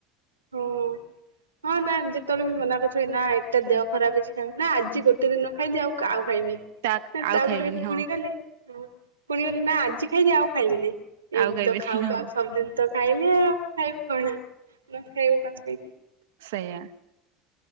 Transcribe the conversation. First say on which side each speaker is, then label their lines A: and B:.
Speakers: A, on the right; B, on the right.
A: ହଉ ହଁ ନା ଯେ ସେତେବେଳେ ବି ମନା କରିଥିବେ ନା ଏଟା ଦେହ ଖରାପ ହେଇଛି ଖ ନା ଆଜି ଗୋଟେ ଦିନ ନ ଖାଇଦିଅ ଆଉ ଆଉ ଖାଇବିନି।
B: ତା
A: ନା
B: ଆଉ
A: ତାପରେ
B: ଖାଇବିନି ହଁ
A: ପୁଣି ଗଲେ ପୁଣି ଗଲେ ନା ଆଜି ଖାଇଦିଏ ଆଉ ଖାଇବି ନାହି। ଏମିତି
B: ଆଉ ଖାଇବିନି
A: ତ ଖାଉ
B: ହଁ
A: ଖାଉ ସବୁଦିନ ତ ଖାଇଲେ ଆଉ ଖାଇବୁ କଣ ଆଉ ନ ଖାଇବୁ କଣ ଖାଇ
B: ସେଇୟା।